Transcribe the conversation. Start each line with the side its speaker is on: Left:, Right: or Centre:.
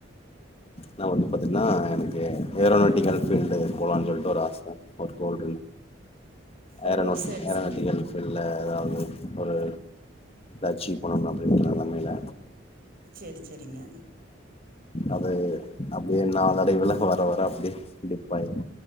Left: நா வந்து பாத்தீங்கன்னா எனக்கு ஏரோனாட்டிக்கல் பபீல்டு போலானு சொல்லிட்டு ஒரு ஆச ஒரு கோல்
Right: ஓ
Left: ஏரோநாடி
Right: சரி
Left: ஏரநட்டிகள்
Right: சரி
Left: ஃபீல்டுல ஏதாது ஒரு அச்சீவ் போன அப்டின்னு ஒரு நம்மையில
Right: சரி சரிங்க
Left: அது அப்டியே நாலடைவுல வர வர டிப் ஆயரு